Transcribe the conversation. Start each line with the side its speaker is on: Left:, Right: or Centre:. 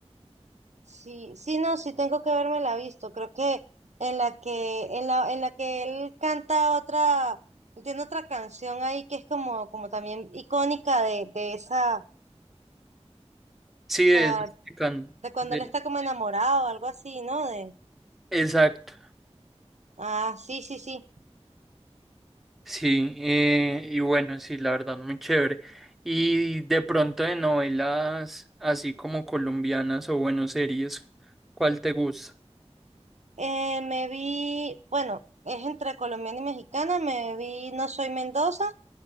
Right: Sí, sí, no, sí tengo que verme la visto. Creo que en la que, en la, en la que él canta otra, tiene otra canción ahí que es como, como también icónica de, de esa, o
Centre: Sí,
Right: sea,
Centre: es, de Can-
Right: de cuando
Centre: de-
Right: él está como enamorado, algo así, ¿no? De,
Centre: exacto.
Right: ah, sí, sí, sí.
Centre: Sí, eh, y bueno, sí, la verdad, muy chévere. Y de pronto de novelas así como colombianas o bueno, series, ¿cuál te gusta?
Right: Eh, me vi, bueno, es entre colombiana y mexicana, me vi No Soy Mendoza